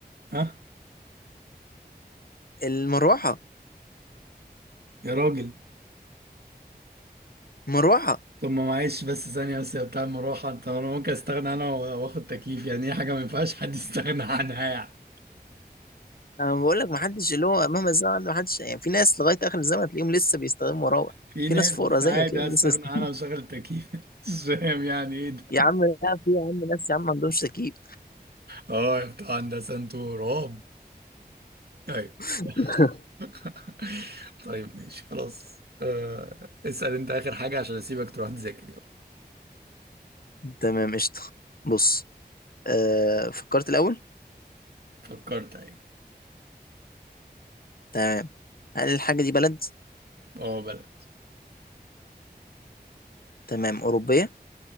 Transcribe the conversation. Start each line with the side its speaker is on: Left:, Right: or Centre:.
Right: ها
Left: المروحه
Right: يا راجل
Left: المروحه
Right: طب ما معلش بس ثانية بس يا بتاع المروحة انت انا ممكن استغنى انا وا- واخد تكييف يعني ايه حاجة ما ينفعش حد <laughs> يستغنى عنها يعني
Left: انا بقول لك ما حدش اللي هو مهما الزمن عنده ما حدش يعني في ناس لغايه اخر الزمن تلاقيهم لسه بيستخدموا مراوح
Right: في
Left: في
Right: ناس
Left: ناس فقراء زي
Right: عادي
Left: تلاقيهم
Right: استغنى
Left: لسه است- <laughs>
Right: عنها وشغل التكييف <laughs> مش فاهم يعني ايه ده
Left: يا عم لا في يا عم ناس يا عم ما عندهمش تكييف
Right: اه يا بتاع هندسة انتوا رعب طيب
Left: <laughs>
Right: <laughs> طيب ماشي خلاص آه، اسأل انت اخر حاجة عشان اسيبك تروح تذاكر يلا
Left: تمام قشطه بص آه فكرت الاول
Right: فكرت ايوه
Left: تمام هل الحاجه دي بلد
Right: اه بلد
Left: تمام اوروبيه